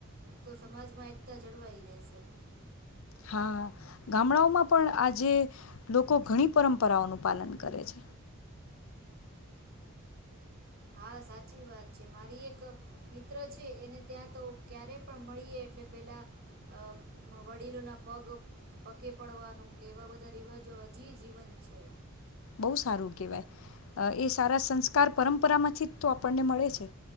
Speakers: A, on the right; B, on the left.
A: તો સમાજમાં એકતા જળવાઈ રહેશે.
B: હા ગામડાઓમાં પણ આજે લોકો ઘણી પરંપરાઓનું પાલન કરે છે.
A: હા સાચી વાત છે, મારી એક મિત્ર છે, એને ત્યાં તો ક્યારે પણ મળીએ એટલે પેલા અ વડીલોના પગ પગે પડવાનું કે એવા બધા રિવાજો હજી જીવંત છે.
B: બહુ સારું કહેવાય એ સારા સંસ્કાર પરંપરામાંથી તો આપણને મળે છે